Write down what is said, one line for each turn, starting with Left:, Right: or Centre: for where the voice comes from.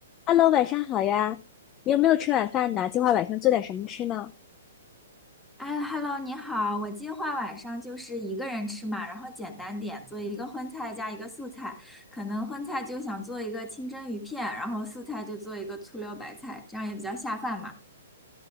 Left: Hello，晚上好呀！你有没有吃晚饭呢？计划晚上做点什么吃呢？
Centre: 哎，Hello，你好，我计划晚上就是一个人吃嘛，然后简单点，做一个荤菜加一个素菜，可能荤菜就想做一个清蒸鱼片，然后素菜就做一个醋溜白菜，这样也比较下饭嘛。